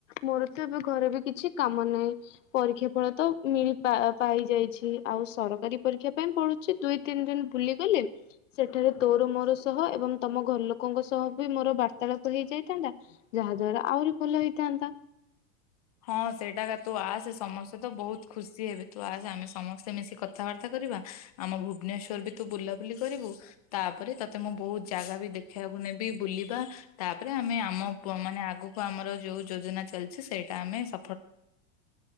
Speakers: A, on the left (about 65°); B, on the left (about 30°).
A: ମୋର ତ ଏବେ ଘରେ ବି କିଛି କାମ ନାହିଁ ନାଇଁ ପରୀକ୍ଷା ଫଳ ତ ମିଳି ପାଇ ଯାଇଛି ଆଉ ସରକାରୀ ପରୀକ୍ଷା ପାଇଁ ପଢ଼ି - ଦଇ ତିନ ଦିନ ବୁଲି ଗଲେ ସେଠାରେ ତୋର ମୋର ସହ ଏବଂ ତମ ଘର ଲୋକଙ୍କ ସହ ବି ମୋର- ବାର୍ତାଳାପ ହେଇଯାଇଥାନ୍ତା ଯାହା ଦଵାରା ଆହୁରି ଭଲ ହେଇଥାନ୍ତା।
B: ହଁ ସେଇଟାକା ତୁ ଆସ ସମସ୍ତେ ତ ବହୁତ ଖୁସି ହେବେ। ତୁ ଆ ଆମେ ସମସ୍ତେ ମିଶି କଥାବାର୍ତ୍ତା କରିବା ଆମ ଭୁବନେଶ୍୍ୱର ବି ତୁ ବୁଲାବୁଲି କରିବୁ ତା ତାପରେ ତତେ ମୁଁ ବହୁତ ଜାଗା ବି ଦେଖିବାକୁ ନେବି ବୁଲିବା ତାପରେ ଆମେ ଆମ ମାନେ ଆଗକୁ ଆମର ଯୋଉ ଯୋଜନା ଚାଲିଛି ସେଇଟା ଆମେ ସ